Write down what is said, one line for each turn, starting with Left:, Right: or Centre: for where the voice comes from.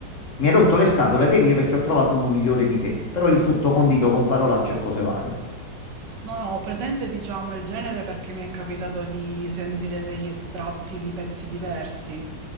Left: mi hai rotto le scatole, vai via perché ho trovato uno migliore di te. Però il tutto condito con parolacce e cose varie.
Right: No, no, ho presente, diciamo, il genere perché mi è capitato di sentire degli estratti di pezzi diversi,